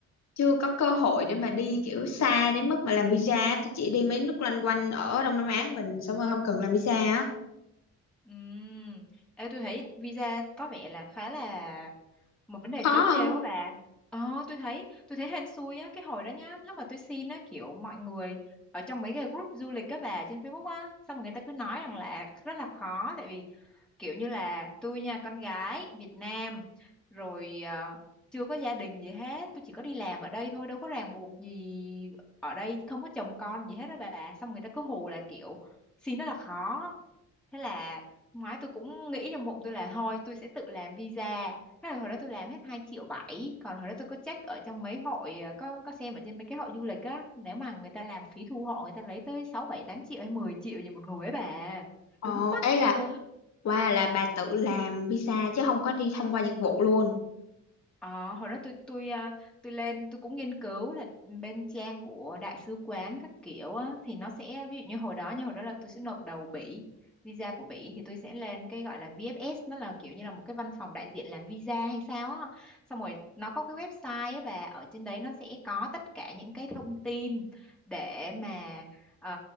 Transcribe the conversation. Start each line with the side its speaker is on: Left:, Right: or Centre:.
Left: chưa có cơ hội để mà đi kiểu xa đến mức mà làm visa, tôi chỉ đi mấy nước loanh quanh ở Đông Nam Á mình xong rồi không cần làm visa á.
Centre: Ừm, Ê, tôi thấy visa có vẻ là khá là một vấn đề
Left: Khó
Centre: trớ trêu á bà ờ tôi thấy tôi thấy hên xui á cái hồi đó nhá lúc mà tôi xin á kiểu mọi người ở trong mấy cái group du lịch các bà trên Facebook á xong rồi người ta cứ nói rằng là rất là khó tại vì kiểu như là tôi nha con gái Việt Nam rồi ờ, chưa có gia đình gì hết tôi chỉ có đi làm ở đây thôi đâu có ràng buộc gì ở đây không có chồng con gì hết đó bà xong người ta cứ hù là kiểu xin rất là khó thế là năm ngoái tôi cũng nghĩ trong bụng tôi là thôi tôi sẽ tự làm visa thế là hồi đó tôi làm hết hai triệu bảy còn hồi đó tôi có check ở trong mấy hội ờ, có có xem ở trên mấy cái hội du lịch á nếu mà người ta làm phí thu hộ người ta lấy tới sáu bảy tám triệu hay 10 triệu gì một người ấy bà
Left: Ồ,
Centre: đúng mắc
Left: ấy là
Centre: luôn
Left: qua là bà tự làm pizza chứ không có đi thông qua dịch vụ luôn.
Centre: Ờ, hồi đó tôi tôi à, tôi lên tôi cũng nghiên cứu là bên trang của đại sứ quán các kiểu á thì nó sẽ ví dụ như hồi đó như hồi đó là tôi sẽ nộp đầu Bỉ visa của Bỉ thì tôi sẽ lên cái gọi là VFS nó là kiểu như là một cái văn phòng đại diện làm visa hay sao á xong rồi nó có cái website á bà ở trên đấy nó sẽ có tất cả những cái thông tin để mà ờ,